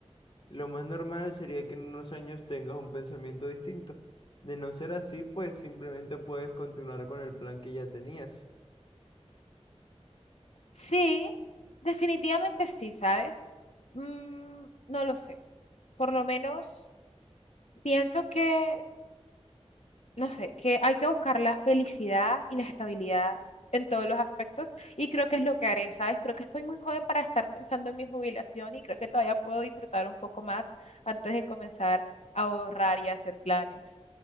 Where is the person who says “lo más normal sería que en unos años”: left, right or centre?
Left